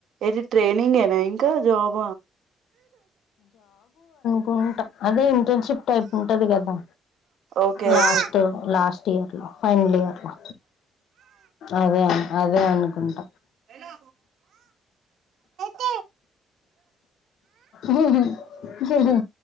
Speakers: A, on the right; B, on the left.
A: ఏది ట్రైనింగ్ ఏనా ఇంకా జాబ
B: కో అదే ఇంటర్న్షిప్ టైప్ ఉంటది కదా
A: okay
B: last
A: okay
B: last year లో ఫైనల్ ఇయర్ లో అదే అదే అ కొంట
A: హలో పో
B: ఊఉఉఉఉ